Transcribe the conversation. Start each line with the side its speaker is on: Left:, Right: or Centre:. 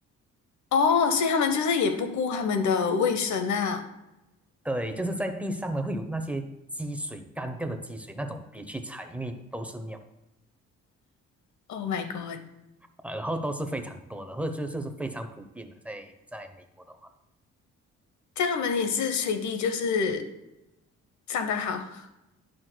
Left: 哦，所以他们就是也不顾他们的卫生啊。
Centre: 对，就是在地上呢会有那些积水，干掉的积水，那种别去踩，因为都是尿
Left: Oh my god！
Centre: 啊、然后都是非常多的，或者就就是非常普遍的，在在美国的话。
Left: 这样他们也是随地就是上得好。<laughs>